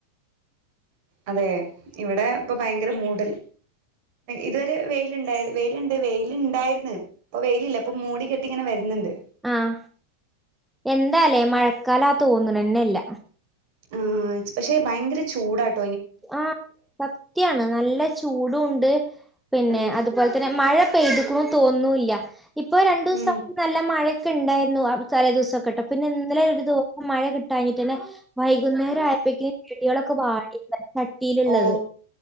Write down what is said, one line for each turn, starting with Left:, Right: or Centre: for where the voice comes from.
Right: അതെ ഇവിടെ ഇപ്പൊ ഭയങ്കര മൂടൽ ഇതൊരു വെയിലുണ്ട് വെയിലുണ്ട് വെയിലുണ്ടായിരുന്നു ഇപ്പൊ വെയിലില്ല അപ്പൊ മൂടി കെട്ടി ഇങ്ങനെ വരുന്നുണ്ട്
Centre: ആഹ എന്താലേ മഴക്കാല തോന്നുന്നനെ ഇല്ല
Right: ആ പക്ഷെ ഭയങ്കര ചൂടാണ്
Centre: ആ സത്യാണ് നല്ലചു ചൂടും ഉണ്ട് പിന്നെ
Right: ആഹ്
Centre: അതുപോലെ തന്നെ മഴ പെയ്തിട്ട് തോന്നില്ല ഇപ്പൊ രണ്ടു ദിവസം
Right: ഉം
Centre: നല്ല മഴ ഒക്കെ ഉണ്ടായിരുന്നു ആ തല ദിവസം ഒ ക്കെ കേട്ടോ പിന്നെ ഇന്നലെ ഒരു ദിവസം മഴ കിട്ടാഞ്ഞിട്ട് തന്നെ വൈകുന്നേരം ആയപ്പഴേക്കും ചെടികളൊക്കെ വാടി ചട്ടിയിലുള്ളത്
Right: ഓ